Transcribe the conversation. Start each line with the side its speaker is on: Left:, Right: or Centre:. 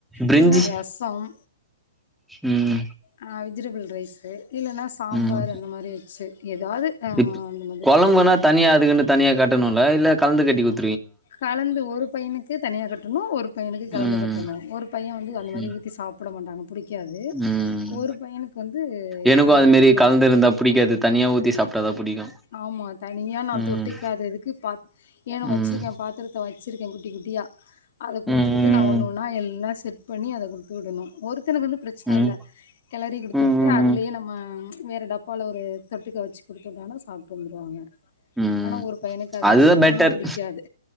Centre: பிரிஞ்சி
Left: இல்லனா ரசம்
Centre: ம்
Left: ஆ வெஜிடபிள் ரைஸு இல்லன்னா சாம்பார்
Centre: ம்
Left: அந்த மாரி வச்சு ஏதாவது அந்த
Centre: இப்
Left: மாதிரி
Centre: கொழம்புனா தனியா அதுக்குன்னு தனியா கட்டணுல்ல இல்ல கலந்து கட்டி குடு
Left: கலந்து ஒரு பையனுக்கு தனியா கட்டணு ஒரு பையனுக்கு கலந்து
Centre: ம்
Left: கட்டணு ஒரு பைய வந்து அந்த மாதிரி
Centre: ம்
Left: ஊத்தி சாப் ப்பிட மாட்டாங்க பிடிக்காது
Centre: ம்
Left: ஒரு பையனுக்கு வந்து
Centre: எனக்கு
Left: காரி
Centre: அது மாரி
Left: குடுக்கணு
Centre: கலந்து இருந்தா பிடிக்காது தனியா ஊத்தி சாப்ட்டா தா சாப்ட்டாதா புடிக்கு
Left: ஆமா தனியா நா
Centre: ம்
Left: தொட்டுக்காததுக்கு பா ஏன்ன வச்சிருக்கே
Centre: ம்
Left: பாத்துர வச்சிருக்கே குட்டி குட்டியா அத குடுத்து
Centre: ம் ம்
Left: விட்டு நா ஒண்ணும்ன்னா எல்லா செ ட் பண்ணி அத குடுத்து விடணு ஒருத்தனுக்கு வந்து பிரச்சன
Centre: ம்
Left: இல்ல கெளரி குடுத்து
Centre: ம்
Left: விட்டு அதுலயே
Centre: ம்
Left: நம்ம வேறு டப்பால்ல ஒரு தொட்டுக்க வச்சு குடுத்து விட்டாலோ பாப்போண்டுவாங்க
Centre: ம்
Left: ஆனா ஒரு பையனுக்கு அது
Centre: அதுதா
Left: சுத்தமா
Centre: பெட்டர்
Left: புடிக்காது